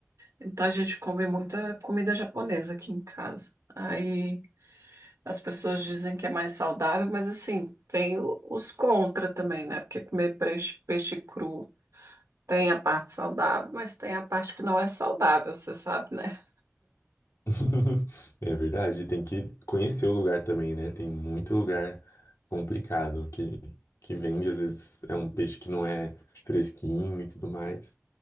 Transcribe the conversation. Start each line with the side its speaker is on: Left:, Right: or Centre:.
Right: então a gente come muita comida japonesa aqui em casa. Aí as pessoas dizem que é mais saudável, mas assim, tem o- os contra também, né? Porque comer peixe, peixe cru tem a parte saudável, mas tem a parte que não é saudável, você sabe, né?
Left: <laughs> É verdade, tem que conhecer o lugar também, né? Tem muito lugar complicado que, que vende, às vezes é um peixe que não é fresquinho e tudo mais.